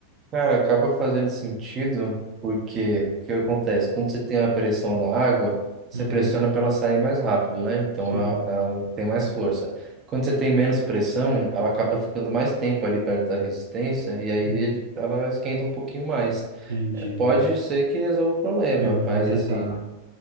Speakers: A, on the right (about 30°); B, on the right (about 70°).
A: Cara, acaba fazendo sentido, porque o que acontece? Quando você tem a pressão da água, você
B: Uhum,
A: pressiona para ela sair mais rápido, né? Então
B: sim.
A: ela, ela tem mais força. Quando você tem menos pressão, ela acaba ficando mais tempo ali perto da resistência, e aí
B: Hum,
A: ele, ela esquenta um pouquinho mais.
B: entendi.
A: É, pode ser que resolva o problema,
B: Eu vou
A: mas
B: tentar.
A: assim,